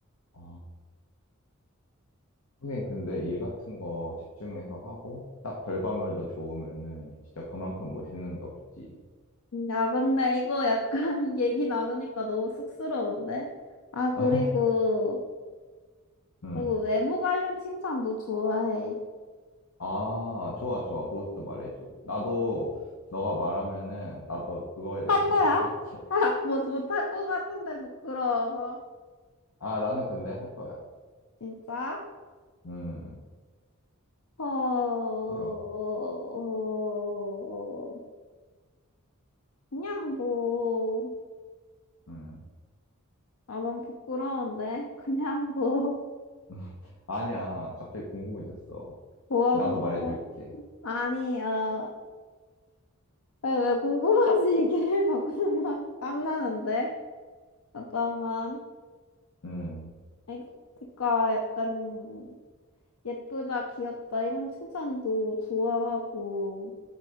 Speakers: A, on the left; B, on the left.
A: 아, 하긴 근데 일 같은 거 집중해서 하고, 딱 결과물도 좋으면은 진짜 그만큼 멋있는 게 없지.
B: 야, 근데 이거 약간 <laughs> 얘기 나누니까 너무 쑥스러운데? 아, 그리고,
A: <laughs> 음.
B: 그리고 외모 관련 칭찬도 좋아해.
A: 아, 좋아, 좋아. 그것도 말해줘. 나도, 너가 말하면은, 나도 그거에 대해서
B: 할 거야?
A: <laughs> 말할게.
B: <laughs> 아, 못, 못할 것 같은데, 부끄러워서.
A: 아, 나는 근데 할 거야.
B: 진짜?
A: 음,
B: 어, 어,
A: 그럼.
B: 그냥 뭐,
A: 음.
B: 아, 넌 부끄러운데? <laughs> 그냥 뭐,
A: <laughs> 아니야. 갑자기 궁금해졌어.
B: 뭐가
A: 나도
B: 궁금해?
A: 말해줄게.
B: 아니, 어, 왜, 왜 궁금하지, 이게? <laughs> 잠깐만, 땀나는데? 잠깐만.
A: 음,
B: 아니, 그, 그니까 약간 예쁘다, 귀엽다 이런 칭찬도 좋아하고